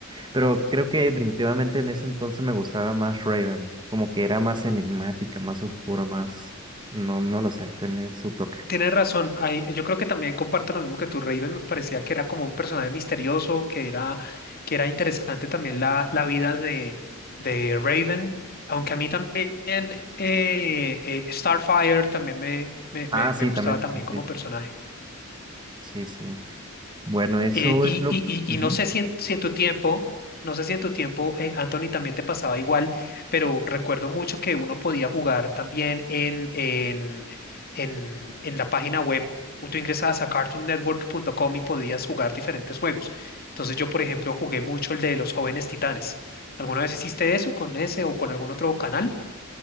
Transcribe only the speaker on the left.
Tienes razón, ahí- yo creo que también comparto lo mismo que tú, Raven, me parecía que era como un personaje misterioso, que era, que era interesante también la, la vida de, de Raven, aunque a mí también eh, eh, Starfire también me, me, me,
me gustaba
también
como personaje.
Eh, y,
y- y-
y no sé si en, si en tu tiempo, no sé si en tu tiempo, eh, Anthony, también te pasaba igual, pero recuerdo mucho que uno podía jugar también en, en, en, en la página web. o Tú ingresabas a cartoonnetwork.com y podías jugar diferentes juegos. Entonces yo, por ejemplo, jugué mucho el de los jóvenes titanes. ¿Alguna vez hiciste eso con ese o con algún otro canal?